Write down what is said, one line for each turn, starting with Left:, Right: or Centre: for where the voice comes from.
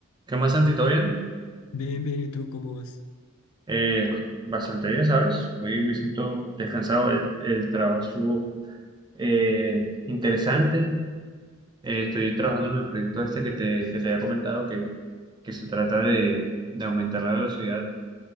Right: ¿Qué más, Santi? ¿Todo bien?
Left: Bien, bien, ¿y tú cómo vas?
Right: Eh, bastante bien, ¿sabes? Hoy me siento descansado. El, el trabajo estuvo eh, interesante. Eh, estoy trabajando en el proyecto este que te, que te había comentado, que, que se trata de, de aumentar la velocidad